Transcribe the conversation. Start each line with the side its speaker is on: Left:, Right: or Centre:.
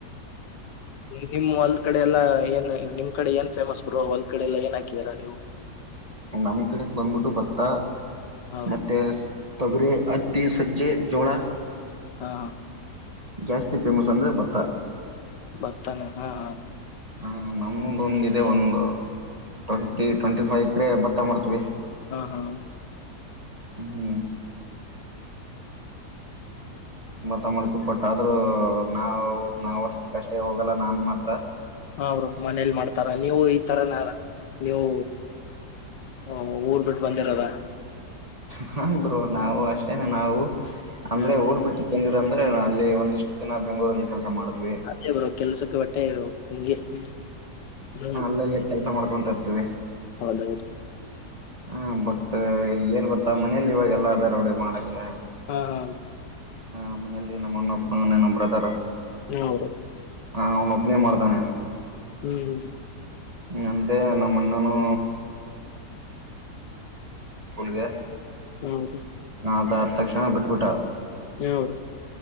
Left: ನಿಮ್ಮ್ ಹೊಲದ ಕಡೆ ಎಲ್ಲಾ ಏನ್ ನಿಮ್ ಕಡೆ ಏನ್ ಫೇಮಸ್ ಬೋ ಒಲ್ ಕಡೆ ಎಲ್ಲ ಏನ್ ಹಾಕಿದಾರಾ ನೀವು
Right: ನಮ್ ಕಡೆಕ್ ಬಂದ್ಬಿಟ್ಟು ಭತ್ತ
Left: ಹಾ ಬ್ರೋ
Right: ಮತ್ತೆ ತೊಗರಿ ಹತ್ತಿ ಸಜ್ಜೆ ಜೋಳ
Left: ಹಾ
Right: ಜಾಸ್ತಿ ಫೇಮಸ್ ಅಂದ್ರೆ ಭತ್ತ
Left: ಬರ್ತಾನ ಹಾ ಹ
Right: ಹ ನಮ್ದೊಂದ ಇದೆ ಒಂದು ಟ್ವೆಂಟಿ ಟ್ವೆಂಟಿ ಫೈ ಎಕರೆ ಭತ್ತಾ ಮಾಡ್ತೀವಿ
Left: ಹಾ ಹಾ
Right: ಹ್ಮ್ ಭತ್ತ ಮಾಡ್ತೀವಿ ಬಟ್ ಆದ್ರೂ ನಾವು ನಾವ್ ಅಷ್ಟು ಕಷ್ಟೇ ಹೋಗಲ್ಲ ನಾನ್ ಮಾತ್ರ
Left: ಹ ಬ್ರೋ ಮನೇಲಿ ಮಾಡ್ತಾರ ನೀವು ಈ ತರನ ನೀವು <inaudible> ಊರ್ ಬಿಟ್ಟು ಬಂದಿರದ
Right: ಹೂ ಬ್ರೋ ನಾವು ಅಷ್ಟೇನೆ ನಾವು ಅಂದ್ರೆ
Left: ಹ್ಮ್
Right: ಊರ್ ಬಿಟ್ ಬಂದಿರಂದ್ರೆ ಅಲ್ಲಿ ಒಂದಿಷ್ಟ್ ದಿನ ಬೆಂಗಳೂರಲ್ಲಿ ಕೆಲಸ ಮಾಡಿದ್ವಿ
Left: ಅದ್ಕೆ ಬ್ರೋ ಕೆಲ್ಸಕ್ಕೆ ಬಟ್ಟೆ ಹಗೆ ಹ್ಮ್
Right: <unintelligible> ಕೆಲಸ ಮಾಡ್ಕೊಂತ ತರ್ತೀವಿ
Left: ಹೌದೌದು
Right: ಹ್ಮ ಬಟ್ ಏನ್ ಗೊತ್ತಾ ಮನಲಿ ಇವಾಗ ಎಲ್ಲ ಅದ ರೋಡಿ ಮಾಡಕ್ಕೆ.
Left: ಹಾ ಹಾ.
Right: ಹ ಮನೆಯಲ್ಲಿ ನಮ್ಮಣಬ್ಬನೆ ಅದಾನೆ ನಮ್ಮ್ ಬ್ರದರು.
Left: ಹೌದು
Right: ಹಾ ಅವ್ನ ಒಬ್ನೇ ಮಾಡ್ತಾನೆ.
Left: ಹ್ಮ್
Right: ಅಂದೇ ನಮ್ಮಣ್ಣನು. ಪುಲಗ್ಯ.
Left: ಹೌದು
Right: ಹ ಅದಾದ್ ತಕ್ಷಣ ಬಿಟ್ಬಿಟ್ಟವ್.
Left: ಯಾರು.